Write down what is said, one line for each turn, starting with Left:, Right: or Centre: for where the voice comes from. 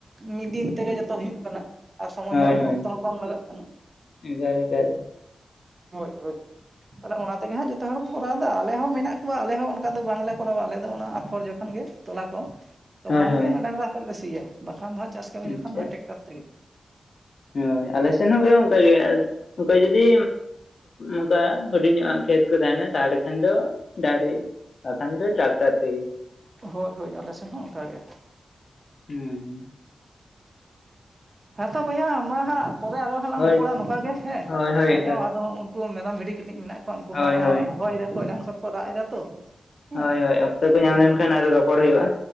Right: ᱢᱤᱫ ᱫᱤᱱ ᱛᱮᱜᱮ ᱡᱚᱛᱚ ᱦᱩᱭᱩᱜ ᱠᱟᱱᱟ ᱟᱨ ᱥᱚᱢᱚᱭ
Left: ᱦᱳᱭ
Right: ᱦᱚᱸ
Left: ᱦᱳᱭ
Right: ᱚᱠᱛᱚ ᱦᱚᱸ ᱠᱚᱢ ᱞᱟᱜᱟᱜ ᱠᱟᱱᱟ
Left: ᱮᱠᱟᱞ ᱮᱠᱟᱞ
Right: ᱦᱳᱭ ᱦᱳᱭ ᱟᱫᱚ ᱚᱱᱟ ᱛᱮᱜᱮ ᱦᱟᱸᱜ ᱡᱚᱛᱚ ᱦᱚᱲ ᱠᱚ ᱠᱚᱨᱟᱣᱫᱟ ᱟᱞᱮ ᱦᱚᱸ ᱢᱮᱱᱟᱜ ᱠᱚᱣᱟ ᱟᱞᱮ ᱦᱚᱸ ᱚᱱᱠᱟ ᱫᱚ ᱵᱟᱝᱞᱮ ᱠᱚᱨᱟᱣᱟ ᱟᱞᱮ ᱫᱚ ᱚᱱᱟ ᱟᱯᱷᱚᱨ ᱡᱚᱠᱷᱚᱱ ᱜᱮ ᱛᱚᱞᱟ ᱠᱚ ᱛᱚᱠᱷᱚᱱ
Left: ᱦᱳᱭ ᱦᱳᱭ
Right: ᱜᱮ ᱚᱱᱟ ᱰᱟᱝᱨᱟ ᱟᱛᱮᱫ ᱞᱮ ᱥᱤᱭᱟ ᱵᱟᱠᱷᱟᱱ ᱫᱚ ᱦᱟᱸᱜ ᱪᱟᱥ ᱠᱟᱹᱢᱤ
Left: ᱟᱪᱪᱷᱟ
Right: ᱡᱚᱠᱷᱟᱱ ᱫᱚ ᱦᱟᱸᱜ ᱴᱮᱠᱴᱟᱨ ᱛᱮᱜᱮ
Left: ᱦᱳᱭ ᱟᱞᱮ
Right: ᱦᱮᱸ,
Left: ᱥᱮᱱ ᱦᱚᱸ ᱚᱱᱠᱟᱜ ᱜᱮ ᱚᱱᱠᱟ ᱡᱩᱚᱫᱤ ᱚᱱᱠᱟ ᱦᱩᱰᱤᱧ ᱧᱚᱜ ᱟ ᱠᱷᱮᱛ ᱠᱚ ᱛᱟᱦᱮᱱᱟ ᱛᱟᱦᱚᱞᱮ ᱠᱷᱟᱱ ᱫᱚ ᱰᱟᱸᱜᱽᱨᱤ ᱵᱟᱠᱷᱟᱱ ᱫᱚ ᱴᱟᱠᱴᱟᱠ ᱛᱮᱜᱮ
Right: ᱦᱳᱭ ᱦᱳᱭ ᱟᱞᱮ ᱥᱮᱱ ᱦᱚᱸ ᱚᱱᱠᱟᱜᱮ
Left: ᱦᱩᱸ
Right: ᱦᱮᱸ ᱛᱚ ᱵᱚᱭᱦᱟ ᱢᱟ ᱦᱟᱸᱜ ᱯᱚᱨᱮ ᱟᱨᱚ ᱦᱟᱸᱜ ᱞᱟᱝ
Left: ᱦᱳᱭ
Right: ᱨᱚᱯᱚᱲᱟ ᱱᱚᱝᱠᱟ ᱜᱮ ᱦᱮᱸ
Left: ᱦᱳᱭ ᱦᱳᱭ
Right: ᱤᱧ
Left: ᱮᱠᱟᱞ
Right: ᱦᱚᱸ ᱟᱫᱚ ᱩᱱᱠᱩ ᱢᱮᱨᱚᱢ ᱵᱷᱤᱰᱤ ᱠᱟᱹᱴᱤᱡ ᱢᱮᱱᱟᱜ ᱠᱚᱣᱟ ᱩᱱᱠᱩ
Left: ᱦᱳᱭ
Right: ᱦᱚᱸ
Left: ᱦᱳᱭ
Right: ᱦᱚᱦᱚᱭᱮᱫᱟᱠᱚ ᱮᱱᱟᱝ ᱠᱷᱚᱱ ᱠᱚ ᱨᱟᱜ ᱮᱫᱟ ᱛᱚ ᱦᱮᱸ
Left: ᱦᱳᱭ ᱦᱳᱭ ᱚᱠᱛᱚ
Right: ᱛᱟᱦᱚᱞᱮ
Left: ᱠᱚ
Right: ᱩᱱᱠᱩ
Left: ᱧᱟᱢ
Right: ᱦᱚᱸ
Left: ᱞᱮᱱᱠᱷᱟᱱ
Right: ᱠᱟᱹᱴᱤᱡ
Left: ᱟᱨᱦᱚ ᱨᱚᱯᱚᱲ ᱦᱩᱭᱩᱜᱼᱟ